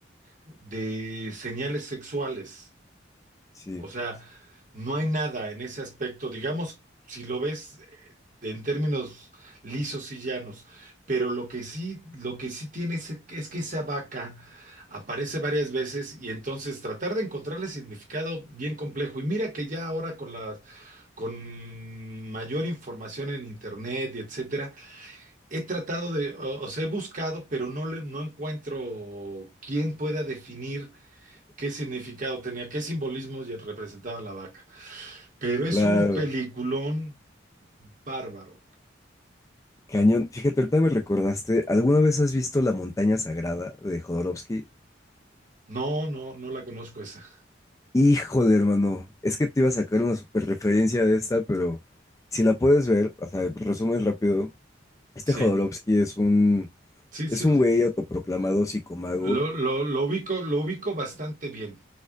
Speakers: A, on the right (about 40°); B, on the left (about 15°).
A: de señales sexuales.
B: Sí,
A: O sea,
B: sí,
A: no hay nada en ese aspecto, digamos, si lo ves eh, de- en términos lisos y llanos, pero lo que sí, lo que sí tiene es, es que esa vaca aparece varias veces y entonces tratar de encontrarle significado bien complejo. Y mira que ya ahora con las con mayor información en internet y etcétera, he tratado de, o, o sea, he buscado, pero no le, no encuentro quién pueda definir qué significado tenía, qué simbolismos y representaba la vaca. Pero es
B: claro.
A: un peliculón bárbaro.
B: Cañón. Fíjate, ahorita me recordaste, ¿alguna vez has visto La Montaña Sagrada de Jodorowsky?
A: No, no, no la conozco esa.
B: Híjole, hermano, es que te iba a sacar una super referencia de esta, pero si la puedes ver, o sea, resumen rápido, Este
A: Sí,
B: Jodorowsky es un,
A: sí,
B: es
A: sí,
B: un güey autoproclamado psicomago.
A: lo, lo, lo ubico, lo ubico bastante bien.